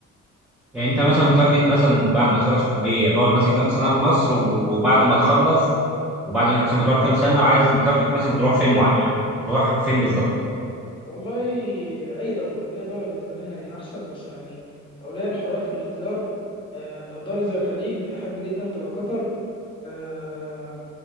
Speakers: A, in the centre; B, on the left.
A: يعني انت مثلا متارجت مثلا بعد ما تخلص الكليه تقعد مثلا كام سنه في مصر وبعد ما تخلص وبعد مثلا ما تقعد كام سنه عايز متارجت مثلا تروح فين مع... تروح فين بالظبط
B: والله اي دوله اي دوله بالنسبه لي هنا هي احسن بس يعني لو ليا الحريه في الاختيار آه لو دوله زي الخليج احب جدا تبقى قطر آه